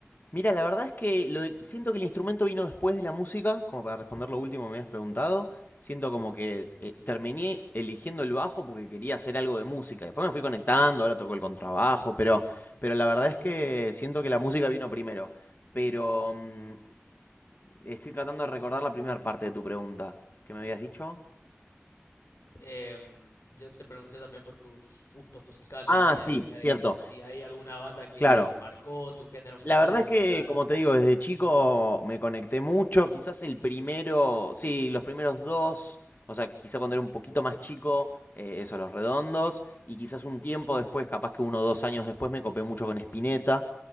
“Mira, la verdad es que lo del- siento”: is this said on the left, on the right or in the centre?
Left